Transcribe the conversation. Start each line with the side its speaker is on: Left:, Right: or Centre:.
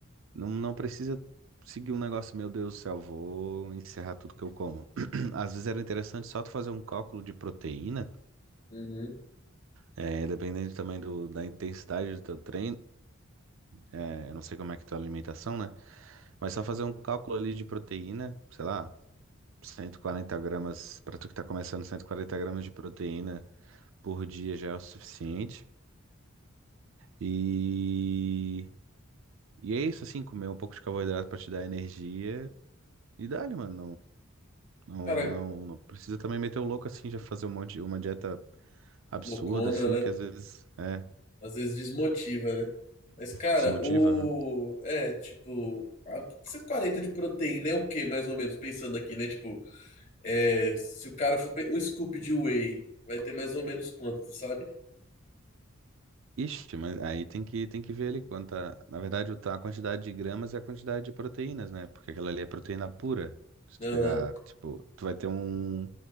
Right: Não, não precisa seguir um negócio, meu Deus do céu, vou encerrar tudo que eu como. <clears throat> Às vezes era interessante só tu fazer um cálculo de proteína,
Left: Uhum.
Right: é, dependendo também do, da intensidade do teu treino, é, eu não sei como é que é a tua alimentação, né? Mas só fazer um cálculo ali de proteína, sei lá, 140 gramas, para tu que tá começando, 140 gramas de proteína por dia já é o suficiente. E, e é isso, assim, comer um pouco de carboidrato para te dar energia. E dá-lhe, mano. Não,
Left: Cara,
Right: não, não, não precisa também meter o louco assim, já fazer um monte, uma dieta absurda,
Left: loucona,
Right: assim,
Left: né?
Right: que às vezes é,
Left: Às vezes desmotiva, né? Mas, cara,
Right: desmotiva,
Left: o.
Right: né?
Left: É, tipo. a- 140 de proteína é o quê, mais ou menos? Pensando aqui, né? Tipo, é, se o cara for. pe- Um scoop de whey, vai ter mais ou menos quanto, tu sabe?
Right: Ixi, mas aí tem que, tem que ver ali quanta. Na verdade, o ta- a quantidade de gramas é a quantidade de proteínas, né? Porque aquela ali é proteína pura. Se tu
Left: Aham.
Right: pegar, tipo, tu vai ter um.